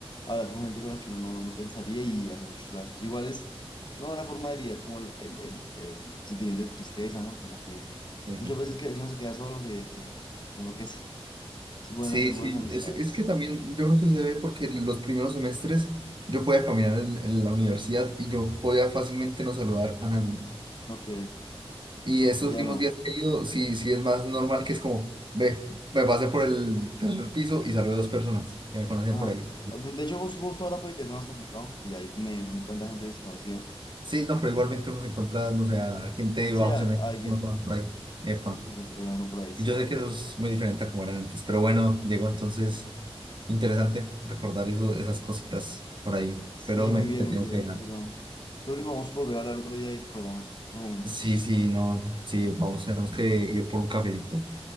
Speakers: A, on the left; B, on the right.
A: hablar con gente con la que uno no, no pensaría y hace muchos lazos. Igual es es una forma de lidiar como el, el, el- el sentimiento de tristeza, ¿no? Como que
B: Sí,
A: muchas veces que si uno se queda solo, se, se, se enloquece. Se pueden
B: Sí,
A: hacer buenas
B: sí,
A: amistades.
B: es, es que también yo creo que se debe porque en los primeros semestres yo podía caminar en, en la universidad y yo podía fácilmente no saludar a nadie.
A: Ok,
B: Y estos
A: y
B: últimos
A: ya no.
B: días que he ido, sí, sí es más normal que es como, ve, me pasé por el tercer piso y saludé a dos personas que me conocían
A: Ajá.
B: por ahí.
A: De hecho, justo justo ahora puede que sea más complicado, que ya hay me, tanta gente desconocida.
B: Sí, no, pero igualmente uno se encuentra, no sé, a gente de
A: Sí,
B: bajo
A: a,
B: cemento,
A: a alguien,
B: uno conoce por ahí. Epa.
A: al que se encontrará uno por ahí, sí.
B: Y yo sé que eso es muy diferente a como era antes, pero bueno, Diego, entonces, interesante recordar eso, esas cositas por ahí,
A: Sí,
B: pero me
A: muy
B: tengo
A: bien, muy bien.
B: que dejar.
A: Espero, espero que podamos volver a hablar otro día y recordamos otros momentos.
B: Sí, sí, no, sí, vamos, tenemos que ir por un cafecito.